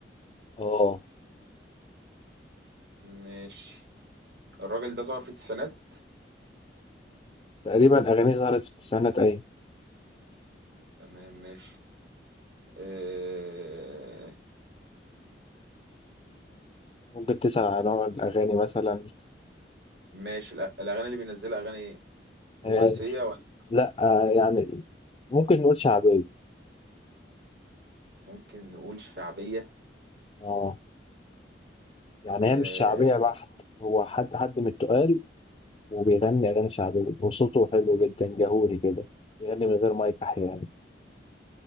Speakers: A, on the left (about 30°); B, on the right (about 70°).
A: اه
B: ماشي الراجل ده ظهر في التسعينات
A: تقريبا اغانيه ظهرت في التسعينات ايوه
B: تمام ماشي آه،
A: ممكن تسأل عن نوع الاغاني مثلا
B: ماشي الأ- الأغاني اللي بينزلها أغاني إيه؟ رومانسية
A: آه
B: ولا
A: لا آه يعني ممكن نقول شعبيه
B: ممكن نقول شعبية
A: اه يعني
B: آه،
A: هي مش شعبيه بحت هو حد حد من التقال وبيغني اغاني شعبيه وصوته حلو جدا جهوري كده بيغني من غير مايك احيانا